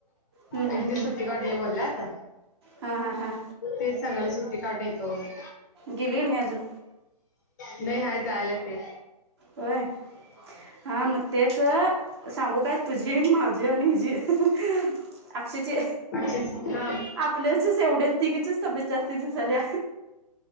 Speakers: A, on the right; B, on the left.
A: हम्म, हम्म,
B: एक दिवस
A: हम्म.
B: सुट्टी का बोलल्यात.
A: हा हा हा.
B: तेच सांगायलोय सुट्टी काढून येतो म्हणून.
A: गेली की नाही अजून.
B: नाही हाय जायाल्यात तेच.
A: होय, हा म तेच, सांगू काय तुझी माझी आणि हिजी अकक्षाची.
B: अकक्षाची हा.
A: आपल्याचच एवढ्या तिघीचीच तब्येत जास्ती दिसायल्या.